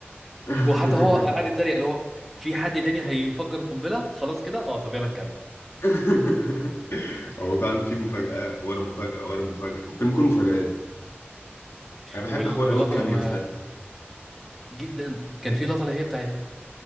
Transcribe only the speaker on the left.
اه
<laughs>
<laughs> هو فعلا في مفاجأة ورا مفاجأة ورا مفاجأة والفيلم كله مفاجآت انا بحب
حوار
قوي الكاميوز
ده <laughs>